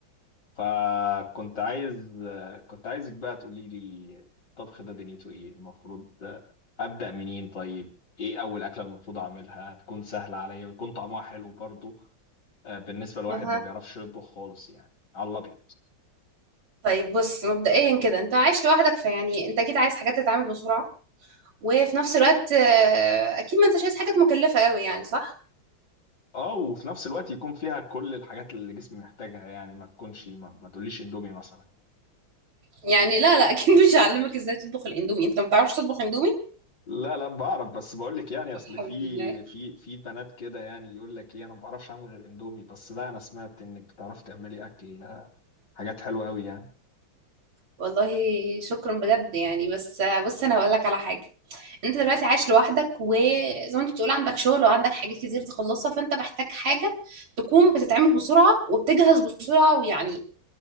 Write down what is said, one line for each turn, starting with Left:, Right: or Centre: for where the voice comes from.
Left: فكنت عايز آه كنت عايزك بقى تقولي لي الطبخ ده دنيته ايه المفروض آه، ابدا منين طيب ايه اول اكله المفروض اعملها تكون سهله عليا ويكون طعمها حلو برضه آه، بالنسبه لواحد
Right: اها
Left: ما بيعرفش يطبخ خالص يعني على الابيض
Right: طيب بص مبدئيا كده انت عايش لوحدك فيعني انت اكيد عايز حاجات تتعامل بسرعة وفي نفس الوقت آه، اكيد ما انتش عايز حاجات مكلفة قوي يعني صح
Left: اه وفي نفس الوقت يكون فيها كل الحاجات اللي جسمي محتاجها يعني ما تكونش ما, ما تقوليش اندومي مثلا
Right: يعني لا لا اكيد مش هعلمك ازاي تطبخ الاندومي انت ما بتعرفش تطبخ اندومي
Left: لا لا بعرف بس بقول لك يعني اصل
Right: الحمد
Left: في
Right: لله
Left: في في بنات كده يعني يقول لك ايه انا ما بعرفش اعمل غير اندومي بس لا انا سمعت انك بتعرفي تعملي اكل آه، حاجات حلوه قوي يعني
Right: والله شكرا بجد يعني بس آه، بص انا هقول لك على حاجة انت دلوقتي عايش لوحدك وزي ما انت بتقول عندك شغل وعندك حاجات كتير تخلصها فانت محتاج حاجة تكون بتتعمل بسرعة وبتجهز بسرعة ويعني